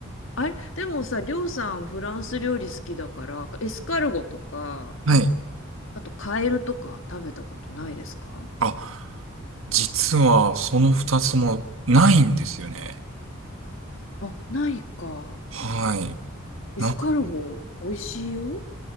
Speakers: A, on the left; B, on the right.
A: あれ、でもさ、りょうさんフランス料理好きだから、エスカルゴとか、
B: はい。
A: あとカエルとか食べたことないですか
B: あ、実はその二つもないんですよね。
A: あ、ないか。
B: はい。なんかね、
A: エスカルゴ、美味しいよ。